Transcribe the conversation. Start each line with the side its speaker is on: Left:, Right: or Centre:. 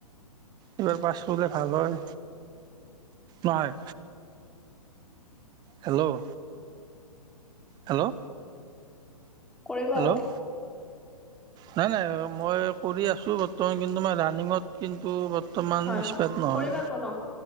Right: এইবাৰ পাছ হ'লে ভাল হয় নহয় হেল্ল' হেল্ল'
Centre: কৰিব
Right: হেল্ল'
Centre: আক
Right: নাই নাই মই কৰি আছোঁ বৰ্তমান কিন্তু মই ৰানিঙত কিন্তু বৰ্তমান
Centre: হয় হয়
Right: স্পেড নহয়
Centre: কৰিবা আকৌ ন